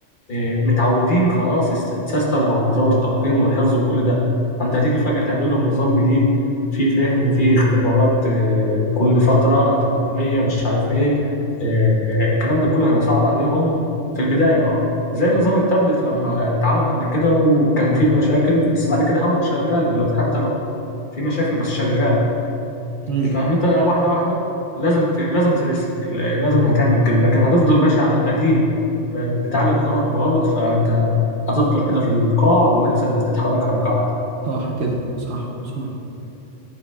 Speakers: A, on the left; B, on the right.
A: إيه، متعودين خلاص الس- السيستم على نظام التلقين والحفظ وكل ده فانت هتيجي فجاه تعمل لهم نظام جديد فيه فهم فيه اختبارات إيه، كل فتره تراكميه مش عارف ايه إيه، الكلام ده كله هيبقى صعب عليهم في البدايه اه زي نظام التابلت لما اتعمل قبل كده وكان فيه مشاكل بس بعد كده هو شغال دلوقتي حتى لو في مشاكل بس شغال
B: امم
A: فانت واحده واحده لازم ت... لازم تريسك ل- لازم هتعمل كده لكن هتفضل ماشي على القديم ب... بتعالج غلط بغلط فانت هتفضل كده في القاع وانسى انك تتحرك حركه واحده
B: صح كده صح صح